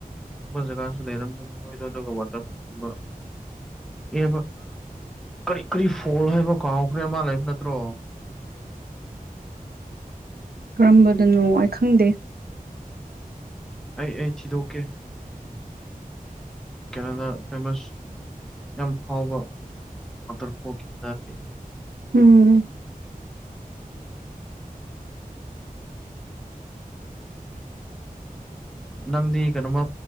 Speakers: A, in the centre; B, on the right.
A: ꯨꯝꯕ ꯖꯒꯥꯁꯨ ꯂꯩꯔꯝꯒꯅꯤ ꯃꯣꯏꯗꯣ ꯑꯗꯨꯒ ꯋꯥꯇꯔꯐꯣꯜꯒꯨꯝꯕ ꯕ ꯀꯔꯤ ꯀꯔꯤ ꯐꯣꯜ ꯍꯥꯏꯕ ꯀꯥꯎꯈ꯭ꯔꯦ ꯑꯃ ꯂꯩꯕ ꯅꯠꯇ꯭ꯔꯣ
B: ꯀꯔꯝꯕꯗꯅꯣ ꯑꯩꯈꯪꯗꯦ
A: ꯑꯩ ꯑꯩ ꯊꯤꯗꯣꯛꯀꯦ ꯀꯦꯅꯗꯥ ꯐꯦꯃꯁ ꯌꯥꯝ ꯐꯥꯎꯕ ꯋꯥꯇꯔ ꯐꯣꯛꯈꯤꯕ ꯍꯥꯏꯇꯥꯔꯗꯤ
B: ꯎꯝ
A: ꯅꯪꯗꯤ ꯀꯩꯅꯣꯃ